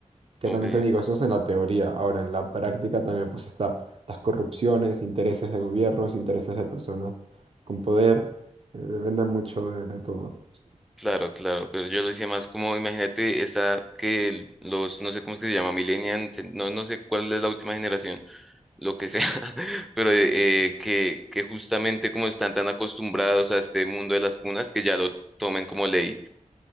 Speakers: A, on the right; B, in the centre.
A: Que
B: Ok,
A: también te digo, eso es en la teoría. Ahora, en la práctica también pues está las corrupciones, intereses de gobiernos, intereses de personas con poder. eh, depende mucho de, de todo.
B: claro, claro, pero yo lo decía más como, imagínate esa que el- los, no sé cómo es que se llama, millennials, no, no sé cuál es la última generación lo que sea, <laughs> pero eh, que, que justamente como están tan acostumbrados a este mundo de las funas, que ya lo tomen como ley.